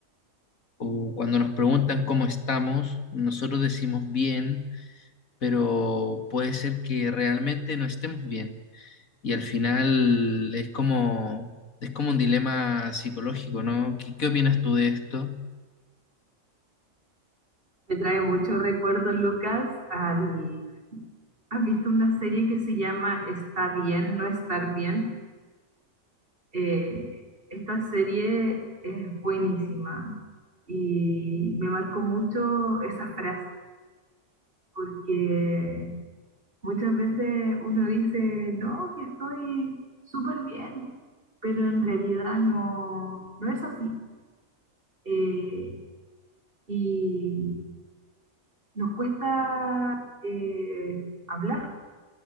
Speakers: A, on the left; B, on the right.
A: o cuando nos preguntan cómo estamos, nosotros decimos bien, pero puede ser que realmente no estemos bien. Y al final es como, es como un dilema psicológico, ¿no? ¿Qué, qué opinas tú de esto?
B: Me trae muchos recuerdos, Lucas, al... ¿Has visto una serie que se llama Está bien, no estar bien? Eh, esta serie es buenísima y me marcó mucho esa frase, porque muchas veces uno dice, no, que estoy súper bien, pero en realidad no, no es así. Eh, y nos cuesta eh, hablar.